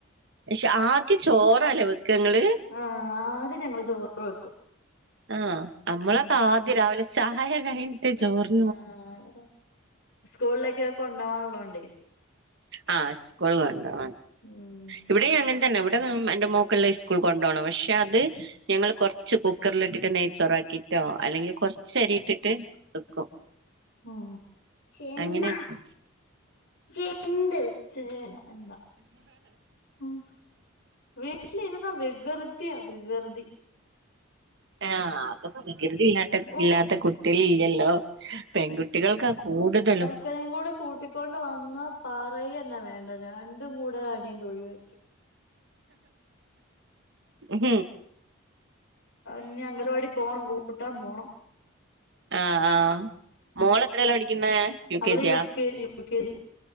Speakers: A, on the right; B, on the left.
A: ക്ഷെ, ആദ്യം ചോറാലെ വെക്കങ്ങള്?
B: ആഹ് ആദ്യം ഞങ്ങള്ചോറ് വെക്കും.
A: ആഹ് നമ്മളൊക്കെ
B: ഉം
A: ആദ്യ രാവിലെ ചായ കയ്ഞ്ഞിട്ടേ ചോറ്.
B: ആഹ് ആഹ് സ്കൂളിലൊക്കെ കൊണ്ടൊവാന്ള്ളോണ്ടെ
A: ആഹ് സ്കൂൾണ്ടോ
B: ഉം
A: ഇവിടെയും അങ്ങനെ തന്നെ ഇവി ഇവിടെ എന്റെ മോക്കെല്ലാം സ്കൂൾ കൊണ്ടണം പക്ഷെ അത് ഞങ്ങള് കുറച്ച് കുക്കറിലിട്ടിട്ട് നെയ്ച്ചോറാക്കി ട്ടോ അല്ലെങ്കി കൊറച്ചരി ഇട്ടിട്ട് വെക്കും
B: ഓ ചെണ്ണ
A: അങ്ങനെ വെച്ച്
B: ചെണ്ട് ചേ ല്ല എന്താ ഉം വീട്ടില് ഇര്ന്നാ വികൃതിയാ വികൃതി
A: ആഹ് അത് വികൃതി ഇല്ലാ
B: ഓഹ്
A: ഇല്ലാത്ത കുട്ടികള് ഇല്ലല്ലോ പെൺകുട്ടികൾക്കാ കൂടുതലും
B: ഇത്രയും കൂടെ കൂട്ടിക്കൊണ്ട് വന്ന് പറയെന്നെ വേണ്ട രണ്ടും കൂടെ അടിയും തൊഴിയും ആയിരിക്കും
A: ഉം
B: ഇനി അംഗലവാടി പോണം കൂട്ടാൻ പോണം.
A: ആഹ് ആഹ് മോളെത്രേലാ പഠിക്കുന്നേ
B: അവള്
A: ജിയാ
B: യു K G, U K G